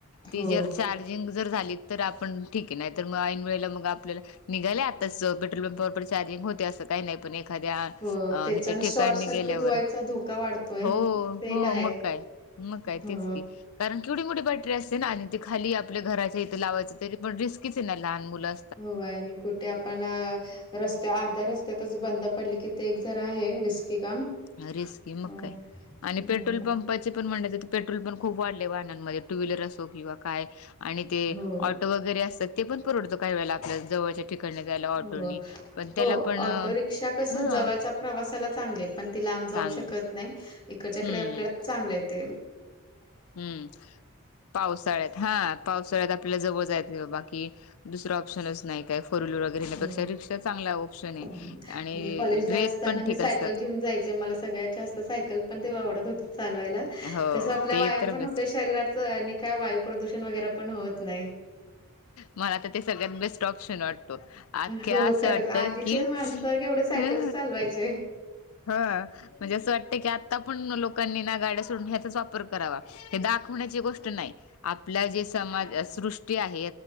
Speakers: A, on the left; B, on the left.
A: ती
B: हो,
A: ज चार्जिंग जर झाली तर आपण ठीक आहे नाही तर, मग ऐन वेळेला मग आपल्याला निघायले आताच पेटोल पंपावर पण चार्जिंग हो ते असं काही नाही पण एखाद्या अ
B: हो. त्याच्यानं
A: ह्याच्या ठिकाणी
B: शॉर्ट सर्किट
A: गेल्यावर
B: व्हायचा धोका वाढतोय.
A: हो
B: ते
A: हो
B: एक आहे.
A: मग काय मग काय
B: हो,
A: तेच की कारण केवढी मोठी बॅटरी असते. आणि ते खाली आपल्या घराच्या इथे लावायचं तरी पण रिस्कीच आहे ना लहान मुला
B: होय आणि कुठ ते आपण रस्त्या अर्ध्या रस्त्यातच बंद पडले की, ते एक जरा आहे रिस्की काम
A: अ रिस्की मग
B: अ,
A: काय आणि
B: हं,
A: पेट्रोल पंपाची ण पेट्रोल पण खूप वाढले वाहंनानमध्ये टू व्हीलर असो किंवा काय आणि ते
B: हो,
A: ऑटो वगैरे असतात ते पण परवडतो. काही वेळेला आपल्या जवळच्या ठिकाणी जायला ऑटोनी
B: हो.
A: पण त्याला
B: हो
A: पण
B: ऑटो
A: हा
B: रिक्षा कसं जवळचा प्रवासाला चांगली आहे पण, ती लांब जाऊ
A: चांगली
B: शकत नाही. इकडच्याकडे
A: हम्म
B: आपल्याला चांगलं आहे ते
A: हम्म पावसाळ्यात हा पावसाळ्यात आपल्याला जवळ जाय बाकी दुसरा ऑप्शनच नाही काय फोर व्हीलर वगैरेण्यापेक्षा
B: हो
A: रिक्षा चांगला ऑप्शन आहे.
B: हं.
A: आणि
B: मी कॉलेजला
A: रेट
B: असताना
A: पण
B: मी
A: ठीक
B: सायकल
A: असते.
B: घेऊन जायचं मला सगळ्या जास्त सायकल पण तेव्हा आवडत होती चालवायला
A: हो
B: तस आपला
A: ते
B: व्यायाम
A: तर
B: पण
A: बेस्ट
B: होत शरीराच काय वायू प्रदूषण वगैरे पण होत नाही.
A: मला तर ते सगळ्यात बेस्ट ऑप्शन वाटत तो अख्ख्या
B: हो
A: असं
B: खरंच
A: वाटत
B: आधीचे
A: कि
B: माणसं केवढे सायकलच
A: ह
B: चालवायचे
A: हा म्हणजे असं वाटतं की आता पण लोकांनी ना गाड्या सोडून ह्याचाच वापर करावा. हे दाखवण्याची गोष्ट नाही. आपल्या जे समाज सृष्टी आहे.